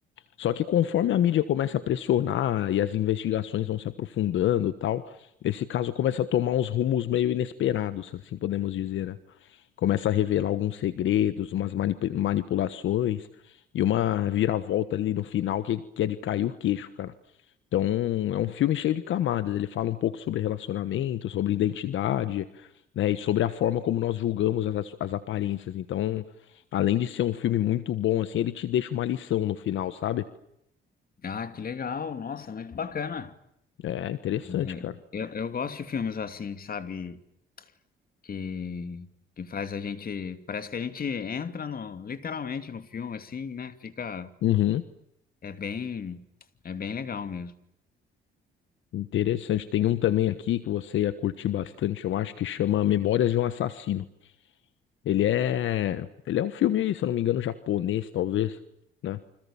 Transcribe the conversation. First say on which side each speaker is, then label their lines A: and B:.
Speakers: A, on the left (about 75°); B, on the left (about 50°).
A: Só que conforme a mídia começa a pressionar e as investigações vão se aprofundando e tal, esse caso começa a tomar uns rumos meio inesperados, assim podemos dizer, né? Começa a revelar alguns segredos, umas manipu- manipulações e uma viravolta ali no final que, que é de cair o queixo, cara. Então, é um filme cheio de camadas. Ele fala um pouco sobre relacionamento, sobre identidade, né? E sobre a forma como nós julgamos as, as aparências. Então, além de ser um filme muito bom, assim, ele te deixa uma lição no final, sabe?
B: Ah, que legal. Nossa, muito bacana.
A: É interessante,
B: É,
A: cara.
B: Eu, eu gosto de filmes assim, sabe? Que, que faz a gente. Parece que a gente entra no, literalmente no filme, assim, né? Fica.
A: Uhum.
B: É bem. É bem legal mesmo.
A: Interessante. Tem um também aqui que você ia curtir bastante, eu acho, que chama Memórias de um Assassino. Ele é, ele é um filme, se eu não me engano, japonês, talvez, né?